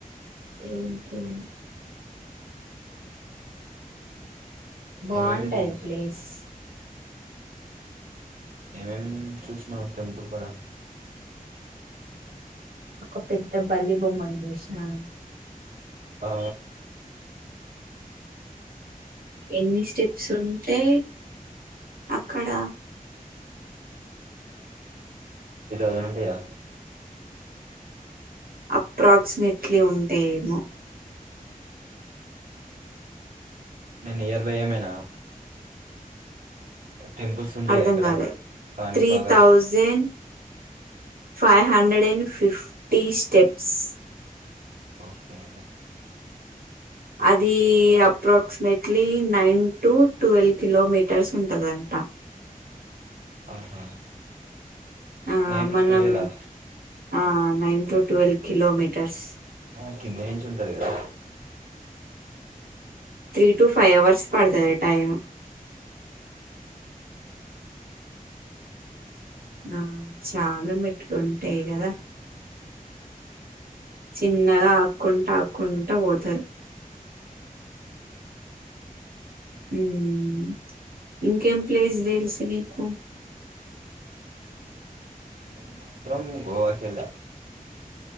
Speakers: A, on the right; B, on the right.
A: ఏం కర్రీ బాగుంటాయి
B: ఏమేమి చూస్
A: ప్లేస్
B: ఏమేం చూసిన టెంపుల్ కాడ
A: ఒక పెద్ద బల్లి బొమ్మన్ చూసినా
B: ఆ
A: ఎన్ని స్టెప్స్ ఉంటే అక్కడ
B: త్రీ తౌజెన్ ఉంటాయా
A: అప్రాక్సిమేట్లీ ఉంటేమో
B: న నియర్లీ ఏమైనా టెంపుల్స్ ఉంటాయిగా
A: అర్ధం
B: ఇక్కడ
A: కాలే
B: కానీపాకా
A: త్రీ thousand five hundred and fifty steps
B: okay
A: అది approximately nine to twelve kilometres ఉంటదంట
B: ఆహా
A: ఆ
B: నైన్ టు
A: మనం
B: టువెల్ ఆ
A: ఆ నైన్ టు ట్వెల్వ్ కిలోమీటర్స్
B: ఆ కింది నించి ఉంటది కదా
A: త్రీ టు ఫైవ్ అవర్స్ పడతది టైమ్ ఆ చాలా మెట్లు ఉంటాయి కదా. చిన్నగా ఆకుంట ఆకుంట పోతారు. ఉమ్ ఇంకేం ప్లేస్ తెలుసు నీకు
B: నేను మాత్రం గోవా కెల్లా